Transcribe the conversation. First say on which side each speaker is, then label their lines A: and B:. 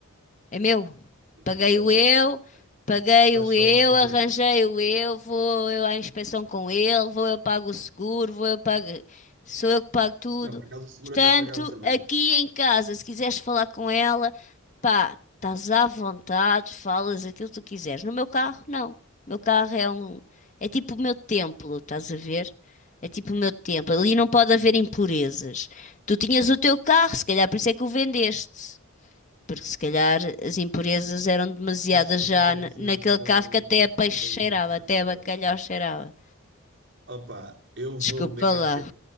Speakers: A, on the left (about 35°); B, on the right (about 55°).
A: É meu. Paguei-o
B: Não tem lógica
A: eu,
B: nenhuma.
A: paguei-o
B: Isso Estás só
A: eu,
B: a fazer
A: arranjei-o
B: birra.
A: eu, vou eu à inspeção com ele, vou eu pago o seguro, vou eu pago, sou eu que pago tudo.
B: Não, por acaso o seguro
A: Portanto,
B: até pagámos a meia.
A: aqui em casa, se quiseres falar com ela, pá, estás à vontade, falas aquilo que tu quiseres. No meu carro, não. O meu carro é um, é tipo o meu templo, estás a ver? É tipo o meu templo. Ali
B: Hum.
A: não pode haver impurezas. Tu tinhas o teu carro, se calhar por isso é que o vendeste. Porque se calhar as impurezas eram demasiadas
B: Isso que tu estás
A: já
B: a dizer
A: na- naquele
B: não tem,
A: carro que até a peixe
B: não tem, não
A: cheirava,
B: tem qualquer
A: até a
B: lógica.
A: bacalhau
B: nenhuma.
A: cheirava.
B: Opa, eu vou
A: Desculpa
B: beber café,
A: lá.